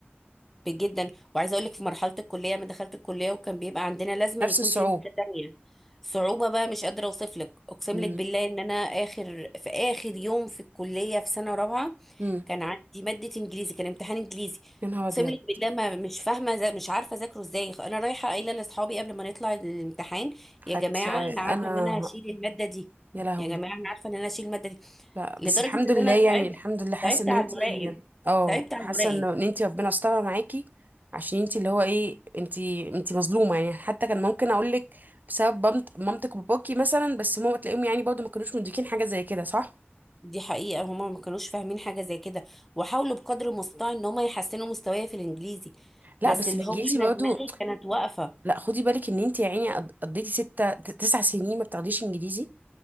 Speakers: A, in the centre; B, on the right.
A: جدا وعايزه اقول لك في مرحله الكليه ما دخلت الكليه وكان بيبقى عندنا لازم
B: نفس
A: يكون
B: الصعوبة
A: في ماده تانية صعوبه بقى مش قادره اوصف لك اقسم
B: امم
A: لك بالله ان انا اخر في اخر يوم في الكليه في سنه رابعه
B: امم
A: كان عندي ماده انجليزي كان امتحان انجليزي
B: يا نهار ابيض
A: اقسم لك بالله ما مش فاهمه زي مش عارفه اذاكره ازاي انا رايحه قايله لاصحابي قبل ما نطلع الامتحان
B: حتى
A: يا جماعه انا
B: انا
A: عارفه ان انا هشيل الماده دي
B: يا لهوي
A: يا جماعه انا عارفه ان انا هشيل الماده دي
B: لا
A: لدرجه
B: بس الحمد
A: ان
B: لله
A: انا
B: يعني
A: صعبت
B: الحمد لله حاسه
A: صعبت
B: ان
A: على
B: انتي
A: المراقب
B: اه
A: صعبت على
B: حاسه
A: المراقب
B: انه- ان انتي ربنا استرها معاكي عشان انتي اللي هو ايه انتي انتي مظلومه يعني حتى كان ممكن اقول لك بسبب بمت- مامتك وباباكي مثلا بس ماما تلاقيهم يعني برضو ما كانوش مديكين حاجه زي كده صح
A: دي حقيقة هما ما كانوش فاهمين حاجة زي كده وحاولوا بقدر المستطاع ان هما يحسنوا مستواي في الانجليزي
B: لا
A: بس
B: بس
A: اللي
B: الانجليزي
A: هو انا
B: برضو
A: دماغي كانت واقفة
B: لا خدي بالك ان انتي يا عيني قض- قضيتي ستة ت- تسع سنين ما بتاخديش انجليزي